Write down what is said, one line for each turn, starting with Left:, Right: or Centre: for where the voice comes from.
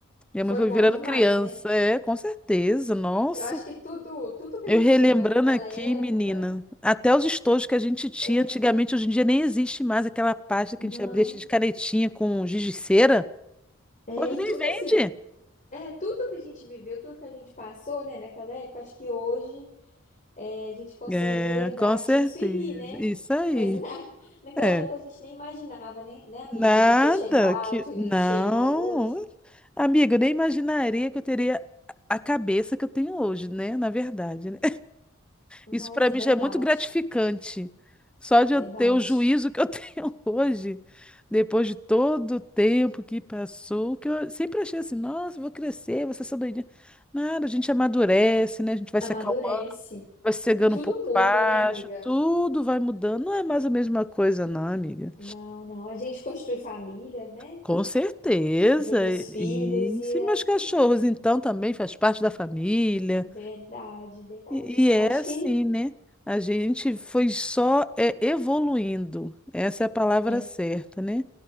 Centre: Minha
Left: foi
Centre: mãe foi
Left: bom
Centre: virando
Left: demais,
Centre: criança.
Left: né?
Centre: É, com certeza. Nossa.
Left: Eu acho que tudo, tudo que a
Centre: Eu
Left: gente
Centre: relembrando
Left: viveu naquela
Centre: aqui,
Left: época,
Centre: menina, até os estojos que a gente tinha
Left: é,
Centre: antigamente, hoje em dia nem existe mais aquela pasta que
Left: não.
Centre: a gente abria cheia de canetinha com giz de cera.
Left: É,
Centre: Hoje
Left: e
Centre: nem
Left: tudo
Centre: vende.
Left: assim, é, tudo que a gente viveu, tudo que a gente passou, né, naquela época, acho que hoje é, a gente consegue
Centre: É,
Left: lembrar
Centre: com
Left: disso
Centre: certeza.
Left: e rir, né?
Centre: Isso aí.
Left: Mas na, <laughs> naquela
Centre: É.
Left: época a gente nem imaginava, né, né, amiga?
Centre: Nada
Left: que A gente ia chegar,
Centre: que.
Left: onde a gente
Centre: Não.
Left: chegou hoje.
Centre: Amiga, eu nem imaginaria que eu teria a a cabeça que eu tenho hoje, né? Na verdade, né?
Left: Nossa,
Centre: Isso para mim
Left: verdade,
Centre: já é muito gratificante. Só de
Left: verdade.
Centre: eu ter o juízo que eu <laughs> tenho hoje, depois de todo o tempo que passou, que eu sempre achei assim, nossa, eu vou crescer, vou ser essa doidinha. Nada, a gente amadurece, né? A gente vai
Left: Amadurece.
Centre: se acalmando, vai cegando
Left: Tudo
Centre: um pouco
Left: muda,
Centre: baixo,
Left: né, amiga?
Centre: tudo vai mudando. Não é mais a mesma coisa, não, amiga.
Left: Não, não. A gente constitui família, né?
Centre: Com certeza.
Left: Vem os filhos,
Centre: E
Left: e
Centre: e se
Left: aí.
Centre: meus cachorros, então, também faz parte da família.
Left: Verdade, verdade.
Centre: E
Left: Assim,
Centre: e é
Left: eu acho
Centre: assim,
Left: que.
Centre: né? A gente foi só é, evoluindo. Essa é a palavra
Left: é,
Centre: certa, né?